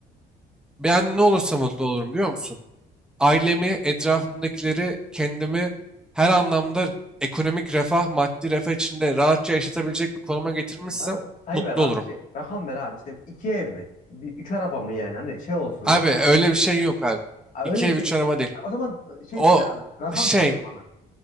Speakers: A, in the centre; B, on the left.
A: Ben ne olursa mutlu olurum biliyor musun? Ailemi, etrafımdakileri, kendimi her anlamda ekonomik refah, maddi refah içinde rahatça yaşatabilecek bir konuma getirmişsem
B: Bana sayı
A: mutlu
B: ver ha-
A: olurum.
B: şey rakam ver abi İşte iki ev mi? Bir, üç araba mı yani? Hani şey olsun anladın
A: Abi öyle
B: mı?
A: bir şey yok abi.
B: Ha,
A: İki
B: Öyle bir
A: ev,
B: şey.
A: üç araba değil.
B: Ha, O zaman e, şey
A: O
B: söyle abi. Rakam
A: şey
B: söyle bana.